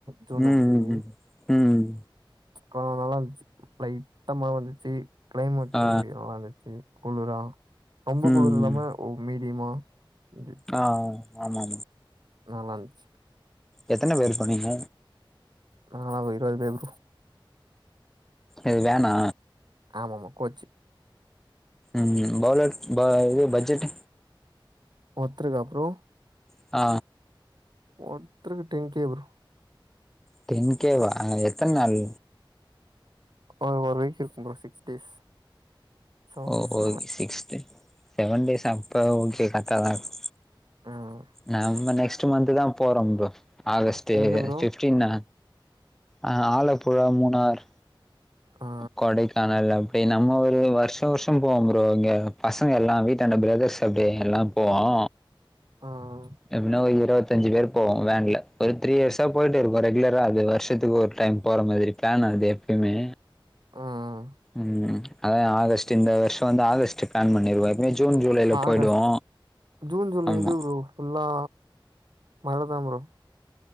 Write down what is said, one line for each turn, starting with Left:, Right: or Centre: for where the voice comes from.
Right: ஜூன்
Centre: ம்
Right: அஞ்சு
Centre: ம் ம் ம்
Right: அப்றோ நல்லா இருந்துச்சு லைட்டா மழ வந்துச்சு க்ளைமேட்டு
Centre: ஆ
Right: நல்லாருந்து செரி குளரா ரொம்ப
Centre: ம்
Right: குளரா இல்லாமாஒ
Centre: ம்
Right: மீடியமா <unintelligible>
Centre: ஆ ஆமா ஆமா
Right: நல்லாருந்துச்சு
Centre: எத்தன பேரு போணீங்க
Right: நாங்களா ஒரு இருவது பேரு இருக்கு
Centre: இது வேணா
Right: ஆமா ஆமா கோச்சி
Centre: ம் பலர் பா இது பட்ஜெட்
Right: ஒர்த்திருக்கா ப்ரோ
Centre: ஆ
Right: ஒர்த்தக்கு <unintelligible>
Centre: டென்கே வா எத்தன் நாள்
Right: அ ஒரு வீக் இருக்கு ப்ரோ சிக்ஸ் டேஸ் செவன்
Centre: ஓ
Right: டேஸ்
Centre: ஓகே
Right: அந்த மாரி
Centre: சிக்ஸ் டேஸ் செவன் டேஸ் அப்ப ஓகே கரெக்டாதா இருக்கு
Right: ம்
Centre: நாம நெக்ஸ்ட் மந்த் தா போறோ ப்ரோ ஆகஸ்ட்டு
Right: எங்க ப்ரோ
Centre: விவ் பின்னா அ ஆலப்புழா மூணார்
Right: ஆ
Centre: கொடைகானல் அப்டி நம்ம ஒரு வருஷோ வருஷோ போவோ ப்ரோ இங்க பசங்கள் எல்லா வீட்ட அண்ட பிரதர்ஸ் அப்டியே எல்லா போவோ
Right: ம்
Centre: எப்டின ஒரு இருபத்தஞ்சு பேரு போவோ வேன்ல ஒரு த்ரீ இயர்ஸா போயிட்டு இருக்கோ ரெகுலரா அது வருஷத்துக்கு ஒரு டைம் போற மாதிரி ப்ளான் அது எப்பயுமே
Right: அ அ
Centre: ம் அதா ஆகஸ்டு இந்த வருஷ வந்து ஆகஸ்டு பிளான் பண்ணிருவோ இனி ஜுன் ஜூலைல
Right: ஆகஸ்ட்
Centre: போய்டுவோ
Right: ஜூன் ஜூலை
Centre: ஆமா
Right: இது ப்ரோ ஃபுல்லா மழதா ப்ரோ